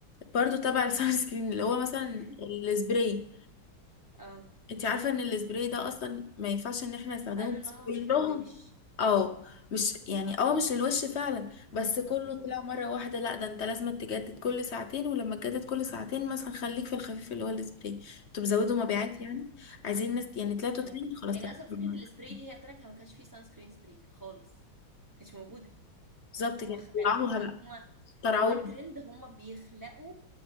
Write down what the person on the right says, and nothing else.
<laughs>
اه
قالوا ان
هما
مش
للوش
امم
اه
ايوه
ايوه
يعني
اصلا فكره السبراي دي هي طلعت ما كانش فيه سان سكرين سبراي خالص ما كانتش موجوده
هما
خلقوها
هما
هو الترند هما بيخلقوا